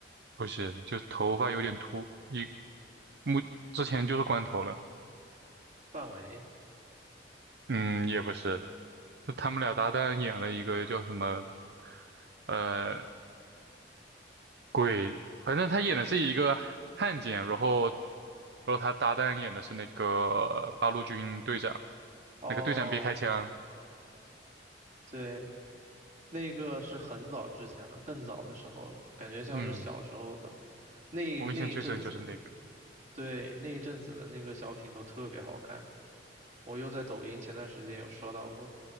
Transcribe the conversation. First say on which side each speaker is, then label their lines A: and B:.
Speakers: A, on the right; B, on the right.
A: 不是，就是头发有点秃，一目之前就是光头了。
B: 范伟，
A: 嗯，也不是，就他们俩搭档演了一个叫什么，呃，鬼，反正他演的是一个汉奸，然后，然后他搭档演的是那个八路军队长，
B: 哦。
A: 那个队长别开枪。
B: 对，那个是很早之前了，更早的时候了，感觉像是小时候的，
A: 嗯，
B: 那那一阵子，
A: 我印象最深就是那个。
B: 对，那一阵子的那个小品都特别好看，我又在抖音前段时间有刷到过，